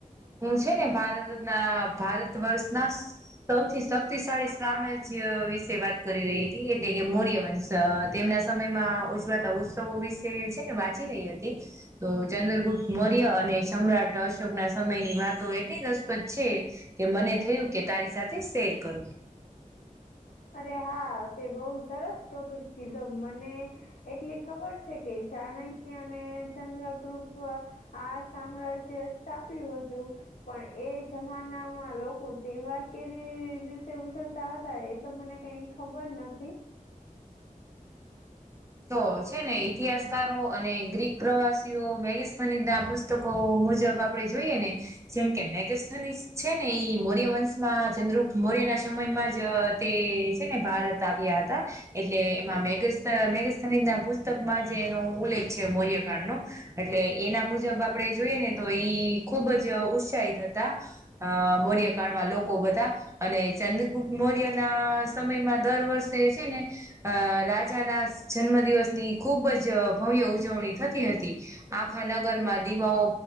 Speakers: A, on the right; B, on the left.
A: હું છે ને, ભારતના ભારત વર્ષના. સૌથી શક્તિશાળી સામ્રાજ્ય વિશે વાત કરી રહી હતી, એટલે કે મૌર્યવંશ. અ તેમના સમયમાં ઉજવાતા ઉત્સવો વિશે છે ને, વાંચી રહી હતી. તો ચંદ્રગુપ્ત મૌર્ય અને સમ્રાટ અશોક ના સમયની વાતો, એટલી દસ. છે કે મને થયું કે તારી સાથે શેર કરુ.
B: અરે હા તે બહું સરસ ટોપિક કીધું મને. એટલે ખબર છે કે ચાણક્ય અને ચંદ્ર કૃપ આ સામ્રાજ્ય થાપ્યું હતું. પણ એ જમાનામાં લોકો તહેવાર કે તે ઉજવતા હતા, એ તો મને કઈ ખબર નથી.
A: તો, છે ને, ઇતિહાસકારો અને ગ્રીક પ્રવાસીઓ, મેગની ના પત. પુસ્તકો મુજબ આપણે જોઈએ ને, જેમ કે રાજસ્થની છે ને, ઈ મૌર્યવંશ. ચંદ્રગુપ્તમૌર્ય ના સમયમાં જ તે છે ને, ભારત આવ્યા હતા. એટલે એમાં મેગ મેગસ્ની ના પુસ્તકમાં જે એનો ઉલ્લેખ છે, મૌર્યકાંડ ન. એટલે એના મુજબ આપડે જોઈએ ને તો ઈ. ખુબજ ઉત્સાહિત હતા અ મોર્યકાળમાં લોકો બધા. અને ચંદ્રગુપ્ત મૌર્ય ના સમયમાં દર વર્ષે છે ને અ રાજાના. જન્મ દિવસની ખુબ જ ભવ્ય ઉજવણી થતી હતી આખા નગરમાં દીવાઓ